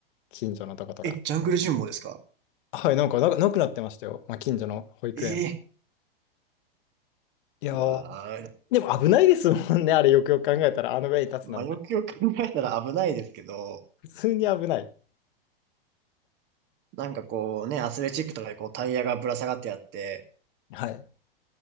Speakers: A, on the left; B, on the right.
A: 近所のとことか。
B: え、ジャングルジムもですか
A: はい、なんかな、なくなってましたよ、まあ、近所の保育園は。
B: ええ
A: いやー、
B: うわあ、
A: でも危ないですもんね、あれよくよく考えたら、あの上に立つなんて。
B: まあ、よくよく考えたら危ないですけど、
A: 普通に危ない。
B: なんかこうね、アスレチックとかでこうタイヤがぶら下がってあって、
A: はい。